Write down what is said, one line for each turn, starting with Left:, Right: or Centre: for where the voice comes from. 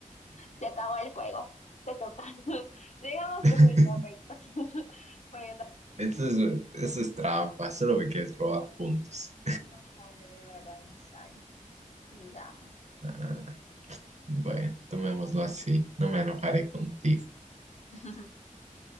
Left: Se acabó el juego. Te toca. <laughs> Digamos
Right: <laughs>
Left: que fue incorrecto. <laughs> Porque no
Right: Eso es, eso es trampa, solo me quieres robar puntos.
Left: no sale, de verdad, no sale. Digamos.
Right: Ah, bueno, tomémoslo así, no me enojaré contigo.
Left: <laughs>